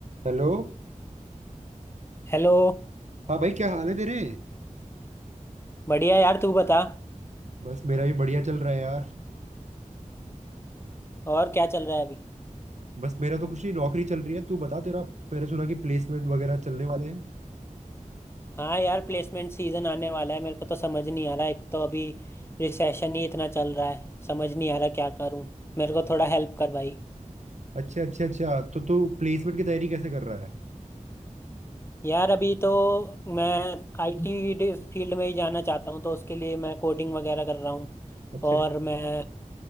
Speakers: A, on the right; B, on the left.
A: Hello
B: Hello
A: हाँ भाई क्या हाल है तेरे
B: बढ़िया यार तू बता
A: बस मेरा भी बढ़िया चल रहा है यार
B: और क्या चल रहा है अभी
A: बस मेरा तो कुछ नहीं नौकरी चल रही है तू बता तेरा मैंने सुना कि प्लेसमेंट वगैरह चलने वाले हैं
B: हाँ यार प्लेसमेंट सीजन आने वाला है मेरे को तो समझ नहीं आ रहा एक तो अभी रिसेशन ही इतना चल रहा है समझ नहीं आ रहा क्या करूँ मेरे को थोड़ा हेल्प कर भाई
A: अच्छा अच्छा अच्छा तो तू प्लेसमेंट की तैयारी कैसे कर रहा है
B: यार अभी तो मैं आईटी फील्ड में ही जाना चाहता हूँ तो उसके लिए मैं कोडिंग वगैरह कर रहा हूँ
A: अच्छा
B: और
A: अच्छा
B: मैं